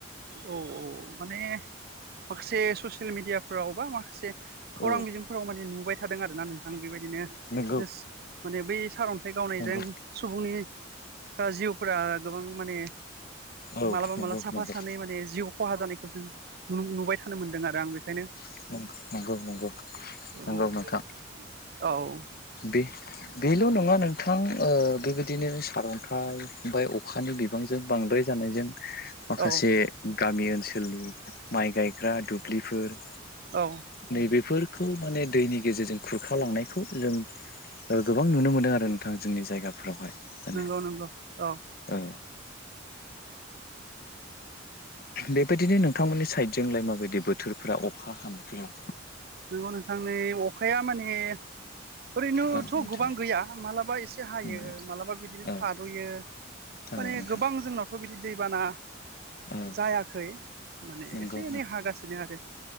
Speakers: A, on the right; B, on the left.
A: औ औ माने माखासे ससियेल मिडियाफोराव बा माखासे खौरां
B: औ
A: बिजोंफोराव माने नुबाय थादों आरो ना नों थां बेबायदिनो
B: नंगौ
A: जस्ट माने बै सारन्थाइ गावनायजों
B: नंगौ
A: सुबुंनि जिउफोरा गोबां माने
B: औ
A: मालाबा
B: नंगौ
A: मालाबा
B: नंगौ
A: <unintelligible> माने जिउ खहा जानायखौ जों नुनो मोनबोबाय। थानो मोनदों आरो आं बेखायनो
B: नंगौ नंगौ
A: औ।
B: नंगौ नोंथां
A: औ।
B: बे बेल' नङा नोंथां बेबायदिनो सार'न्थाइ ओमफाय अ - अखानि बिबांजों बांद्राय जानायजों माखासे
A: औ
B: गामि ओनसोलनि माइ गायग्रा दुब्लिफोर
A: औ
B: नैबेफोरखौ माने दैनि गेजेरजों खुरखालांनायखौ जों गोबां नुनो मोनदों आरो नोंथां जोंनि जायगाफोरावहाय। माने
A: नंयोंगौ नोंगौ औ।
B: औ बेबायदिनो नोंथांमोननि साइडजोंलाय माबायदि बोथोरफोरा अखा हानायफोरा?
A: नंगौ नोंथां नै अखाया माने ओरैनोथ'
B: औ नोंथां
A: गोबां गैया मालाबा एसे हायो
B: नंगौ
A: मालाबा बिदिनो
B: औ
A: थाद'यो।
B: औ
A: माने
B: नोंथां
A: गोबां जोंनाव थ' बिदि दैबाना
B: औ
A: जायाखै माने
B: नंगौ
A: एसे एनै हागासिनो आरो।